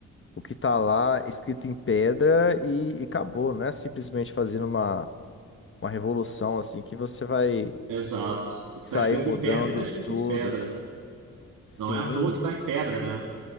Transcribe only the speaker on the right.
Exato. O
que está escrito
em pedra, está escrito
em pedra.
Não é à toa que está em pedra, né?